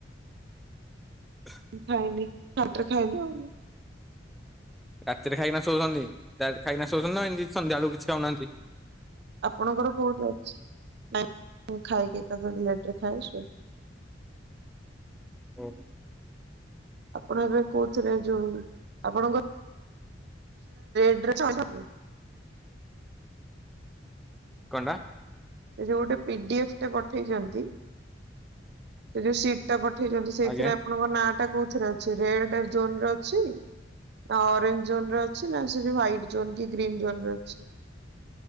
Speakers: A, in the centre; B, on the right.
A: ହ
B: ଖାଇନି ବାରଟାରେ ଖାଇବି ଆଉ।
A: ରାତିରେ ଖାଇକିନା ଶୋଉଛନ୍ତି ଡାଇରେକ୍ଟ ଖାଇକିନା ଶୋଉଛନ୍ତି ନା ଏମିତି ସନ୍ଧ୍ୟା ଆଳକୁ କିଛି ଖାଉନାହାନ୍ତି।
B: ଆପଣଙ୍କର କୋଉଠି ଅଛି ଖାଇକି ଏକା ଥରେ ଲେଟ୍‌ରେ ଖାଇକି ଶୋଇବୁ।
A: ଓହୋ।
B: ଆପଣ ଏବେ କହୁଥିଲେ ଯୋଉ ଆପଣଙ୍କ <unintelligible>
A: କଣ୍ଡା।
B: ସେ ଯୋଉ ଗୋଟେ ପିଡି ଏଫ ଟେ ପଠେଇଛନ୍ତି। ସେ ଯୋଉ ସିଟ୍ ଟା ପଠେଇଛନ୍ତି ସେଇଥିରେ
A: ଆଜ୍ଞା
B: ଆପଣଙ୍କ ନାଁ ଟା କୋଉଥିରେ ଅଛି ରେଡ୍‌ ଜୋନରେ ଅଛି। ନା ଅରେଞ୍ଜ ଜୋନରେ ଅଛି ନା ସେଠି ହ୍ୱାଇଟ୍ ଜୋନ୍ କି ଗ୍ରୀନ୍ ଜୋନ୍ ରେ ଅଛି।